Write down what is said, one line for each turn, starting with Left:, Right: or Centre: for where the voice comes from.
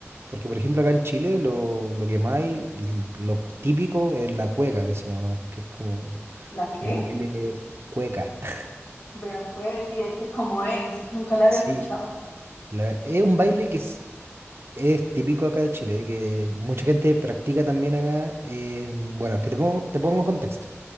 Right: porque por ejemplo acá en Chile lo, lo que más hay, l- lo típico es la cueca que se llama, que es como
Left: ¿La qué?
Right: un baile cueca. <laughs>
Left: Vea pues, y de que cómo es, nunca la había
Right: Sí,
Left: escuchado.
Right: la- es un baile que es es típico acá de Chile, que mucha gente practica también acá. eh, bueno, es que te pongo, te pongo en contexto.